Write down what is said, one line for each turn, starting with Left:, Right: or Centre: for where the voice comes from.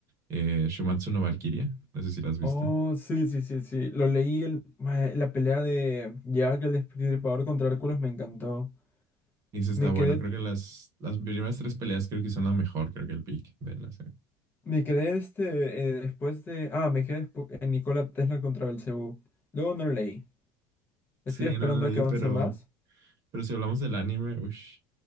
Right: eh, Shumatsu no Valkyria, no sé si la has visto.
Left: Oh, sí, sí, sí, sí. Lo leí el, ma- la pelea de Jack el Destripador contra Hércules me encantó.
Right: Y eso está
Left: Me
Right: bueno,
Left: quedé,
Right: creo que las, las primeras tres peleas creo que son la mejor, creo que el pick de la serie.
Left: me quedé este eh, después de. Ah, me quedé despu- en Nikola Tesla contra Belcebú. Luego no lo leí. Estoy
Right: Sí,
Left: esperando
Right: no lo leí,
Left: a que avance
Right: pero,
Left: más.
Right: pero si hablamos del anime, ush,